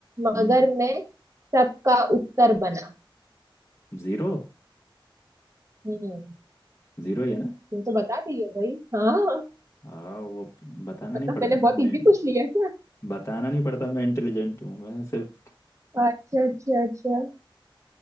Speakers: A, on the right; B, on the left.
A: मगर
B: हम्म
A: मैं सबका उत्तर बना
B: जीरो
A: हम्म
B: जीरो ही है ना
A: तुम तो बता दिए भाई हाँ
B: हाँ वो बताना
A: मतलब
B: नहीं पड़ता
A: मैंने बहुत
B: ना मैं
A: इजी पूछ लिया क्या
B: बताना नहीं पड़ता मैं इंटेलिजेंट हूँ मैं सिर्फ
A: अच्छा अच्छा अच्छा